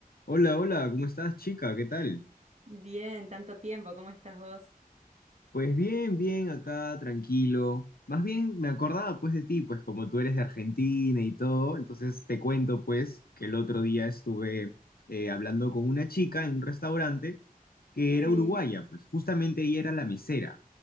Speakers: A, on the left; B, on the right.
A: Hola, hola, ¿cómo estás, chica? ¿Qué tal?
B: Bien, tanto tiempo, ¿cómo estás vos?
A: Pues bien, bien, acá, tranquilo. Más bien me acordaba pues de ti, pues como tú eres de Argentina y todo, entonces te cuento pues que el otro día estuve eh, hablando con una chica en un restaurante que
B: Sí,
A: era uruguaya, pues justamente ella era la mesera.